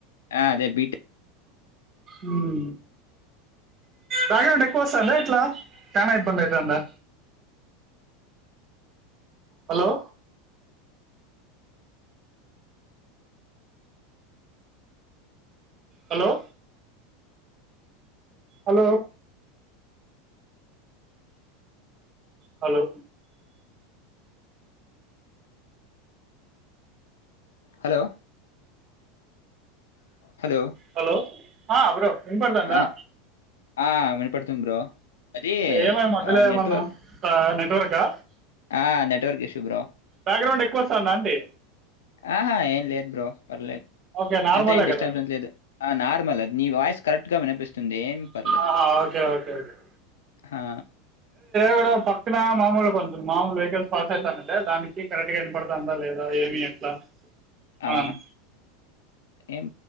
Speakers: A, on the left; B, on the right.
A: అదే బీటెక్
B: ఉమ్ బాగ్రౌండ్ ఎక్కువ వస్తాందా ఎట్లా చానా ఇబ్బంది అయితాందా hello hello hello hello
A: hello hello!
B: Hello ఆ బ్రో వినపడతాందా
A: ఆ! ఆ వినపడుతుంది బ్రో అది
B: ఏమై మధ్యలో
A: నెట్వర్క్
B: ఏమన్నా నెట్వర్కా
A: ఆ నెట్వర్క్ ఇష్యూ బ్రో
B: బ్యాక్గ్రౌండ్ ఎక్కువ వస్తుందా అంటీ
A: ఆహా ఏం లేదు బ్రో పర్లేదు
B: ఓకే నార్మలే
A: ఎంత ఏం డిస్టర్బెన్స్
B: కదా
A: లేదు ఆ నార్మల్ నీ వాయిస్ కరెక్ట్ గా వినిపిస్తుంది ఏమి పర్లేదు
B: ఆహా ఓకే ఓకే ఓకే
A: ఆ
B: కూడా పక్కన మామలు కొంచెం మామూలు వెహికల్స్ పాస్ అవుతానంటే దానికి కరెక్ట్ గా వినపడతాందా లేదా ఏమి ఎట్లా
A: ఆ
B: అని
A: ఏం